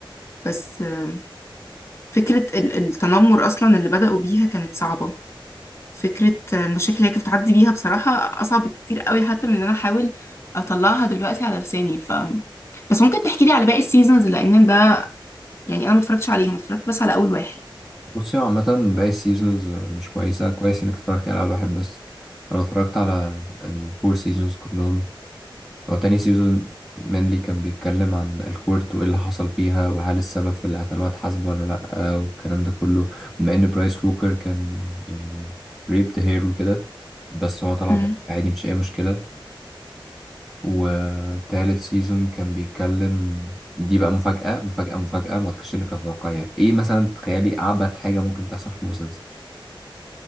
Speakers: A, on the left; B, in the centre.
A: بس آه، فكرة ال- التنمر أصلا اللي بدأوا بيها كانت صعبة فكرة آه، المشاكل اللي هي كانت بتعدي بيها بصراحة أصعب كتير قوي حتى من إن أنا أحاول أطلعها دلوقتي على لساني ف بس ممكن تحكي لي على باقي السيزونز لأن ده يعني أنا ما اتفرجتش عليهم اتفرجت بس على أول واحد
B: بصي هو عامة باقي السيزونز مش كويسة كويس إنك اتفرجت يعني على واحد بس أنا اتفرجت على الفور سيزونز كلهم هو تاني سيزون مانلي كان بيتكلم عن الكورت وإيه اللي حصل فيها وهل السبب في اللي قتلوها اتحاسب ولا لأ والكلام ده كله بما إن برايس ووكر كان يعني ريبد هير وكده بس هو طلع
A: مم.
B: بقى عادي مش أي مشكلة وتالت سيزون كان بيتكلم دي بقى مفاجأة مفاجأة مفاجأة ما اعتقدش انك هتتوقعيها ايه مثلا تخيلي اعبث حاجة ممكن تحصل في المسلسل